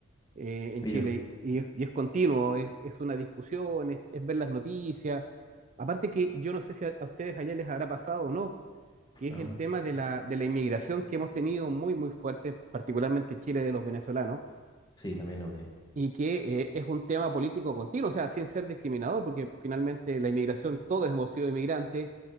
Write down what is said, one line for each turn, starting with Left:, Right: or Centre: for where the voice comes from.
Right: eh, en
Left: Pero
Right: Chile.
Left: es-
Right: Y es, y es continuo, es, es una discusión, es, es ver las noticias. Aparte que yo no sé si a, a ustedes allá les habrá pasado o no, que
Left: Ajá.
Right: es el tema de la, de la inmigración que hemos tenido muy, muy fuerte, particularmente en Chile, de los venezolanos,
Left: sí, también lo tenía.
Right: y que eh, es un tema político continuo, o sea, sin ser discriminador, porque finalmente la inmigración, todos hemos sido inmigrantes